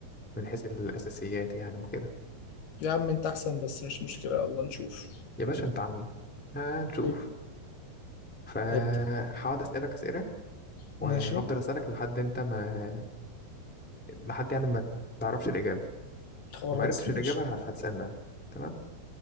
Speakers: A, in the centre; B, on the left.
A: من حيث الأساسيات يعني وكده
B: يا عم انت احسن بس مش مشكلة يلا نشوف
A: يا باشا انت عامل ايه؟ هنشوف
B: حبيبي.
A: فهقعد
B: ابدأ
A: أسألك أسئلة وهفضل
B: ماشي
A: أسألك لحد انت ما لحد يعني ما تعرفش الإجابة
B: خلاص
A: لو ما عرفتش
B: ماشي
A: الإجابة هتسألني أنا تمام؟